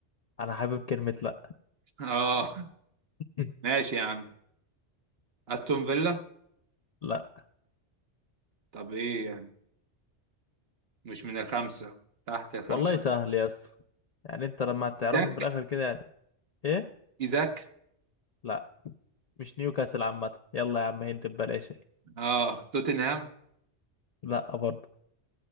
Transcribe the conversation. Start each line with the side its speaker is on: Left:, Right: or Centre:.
Left: انا حابب كلمة لا
Right: <laughs> اه
Left: <laughs>
Right: ماشي يا عم استون فيلا
Left: لا
Right: طب ايه يعني مش من الخمسه تحت الخمسه
Left: والله سهل يا اسطى يعني انت لما هتعرفه
Right: ايزاك
Left: في الاخر كده يعني ايه
Right: ايزاك
Left: لا مش نيوكاسل عامة يلا يا عم هنت ببلاش اهي.
Right: اه توتنهام
Left: لا برضه